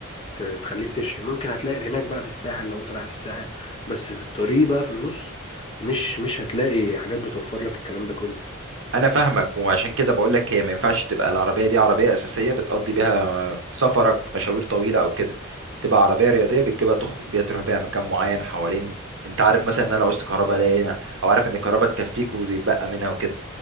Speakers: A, on the left; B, on the right.
A: ت- تخليك تشحن ممكن هتلاقي هناك بقى في الساحل لو أنت رايح الساحل بس في الطريق بقى في النص مش مش هتلاقي حاجات بتوفر لك الكلام ده كله
B: انا فاهمك وعشان كده بقول لك هي ما ينفعش تبقى العربيه دي عربيه اساسيه بتقضي بيها سفرك مشاوير طويله او كده تبقى عربيه رياضيه بتجيبها تخرج بيها تروح بيها مكان معين حوالين انت عارف مثلا ان انا لو عوزت كهرباء الاقي هنا او عارف ان الكهرباء تكفيك ويتبقى منها وكده